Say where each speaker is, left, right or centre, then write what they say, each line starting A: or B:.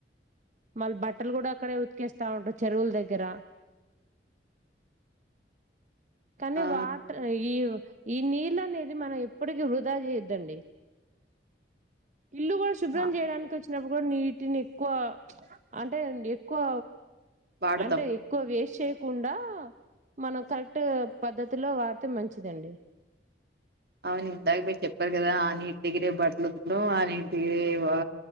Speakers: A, on the right; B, on the right.
A: మాల్ బట్టల్ గూడా అక్కడే ఉత్కేస్తా ఉంటరు చెరువుల్ దగ్గర కానీ
B: ఆ
A: వాటర్ ఇవ్ ఈ నీళ్ళ అనేది మనం ఎప్పటికి వృధా చేయద్దండి ఇల్లు గుడా శుభ్రం
B: అ
A: చేయడానికి వచ్చినప్పుడు గుడా నీటిని ఎక్కువ అంటే అండి ఎక్కువ
B: వాడతాం
A: అంటే ఎక్కువ వేస్ చేయకుండా మనం కరెక్ట్ పద్ధతిలో వాడ్తే మంచిదండి.
B: అవును ఇందాక్ మీర్ చెప్పారు కదా ఆ నీట్ దగ్గరే బట్టల్ ఉతకడం ఆ నీటి దగ్గరే వా